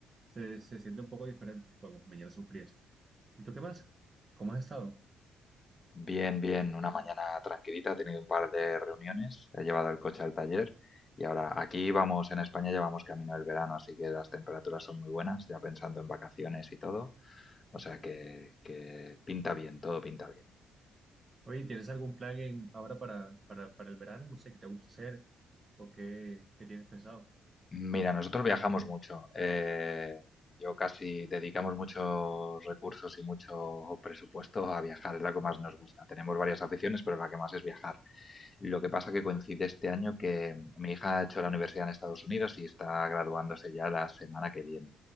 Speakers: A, on the right (about 25°); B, on the left (about 35°).
A: se, se siente un poco diferente cuando las mañanas son frías. ¿Y tú qué más? ¿Cómo has estado?
B: Bien, bien. Una mañana tranquilita. He tenido un par de reuniones. He llevado el coche al taller. Y ahora aquí vamos, en España ya vamos camino del verano, así que las temperaturas son muy buenas, ya pensando en vacaciones y todo. O sea que, que pinta bien, todo pinta bien.
A: Oye, ¿tienes algún plan en- ahora para, para, para el verano? No sé, ¿qué te gusta hacer o qué, qué tienes pensado?
B: Mira, nosotros viajamos mucho. eh, yo casi dedicamos muchos recursos y mucho presupuesto a viajar, es la que más nos gusta. Tenemos varias aficiones, pero la que más es viajar. Lo que pasa que coincide este año que mi hija ha hecho la universidad en Estados Unidos y está graduándose ya la semana que viene.